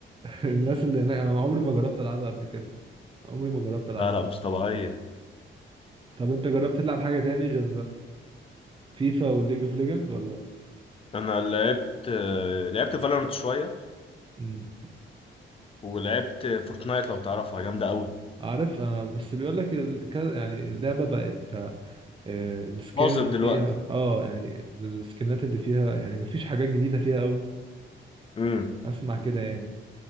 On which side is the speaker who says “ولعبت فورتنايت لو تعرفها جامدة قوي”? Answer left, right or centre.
Left